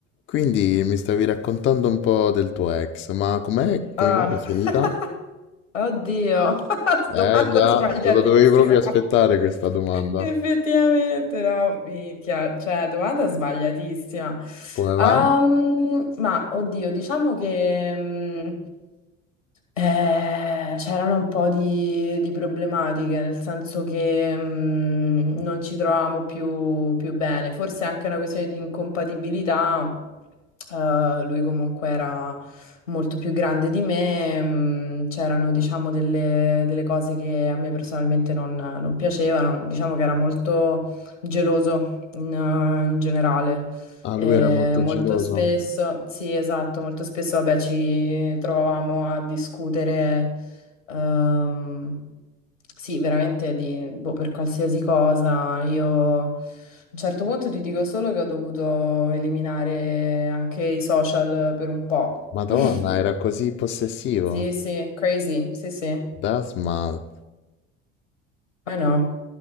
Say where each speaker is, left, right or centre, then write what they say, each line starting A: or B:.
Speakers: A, on the left; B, on the left.
A: Quindi mi stavi raccontando un po' del tuo ex, ma com'è, come
B: Ah,
A: mai è finita?
B: <laughs> oddio, <laughs> domanda
A: Eh già,
B: sbagliatissima.
A: te la dovevi proprio aspettare questa domanda.
B: Effettivamente, no, minchia, cioè, domanda sbagliatissima.
A: Come
B: Ehm,
A: mai?
B: ma, oddio, diciamo che... mm, eh, c'erano un po' di, di problematiche, nel senso che mh, non ci trovavamo più, più bene. Forse è anche una questione di incompatibilità. Eh, lui comunque era molto più grande di me, mh, c'erano diciamo delle, delle cose che a me personalmente non, non piacevano, diciamo che era molto geloso in eh, in generale.
A: Ah,
B: Eh,
A: lui era molto
B: molto
A: geloso.
B: spesso, sì, esatto, molto spesso, vabbè, ci trovavamo a discutere, ehm, sì, veramente di, boh, per qualsiasi cosa. Io a un certo punto ti dico solo che ho dovuto eliminare anche i social per un po'.
A: Madonna,
B: <laughs>
A: era così possessivo.
B: Sì, sì, crazy, sì, sì,
A: Dasma,
B: I know.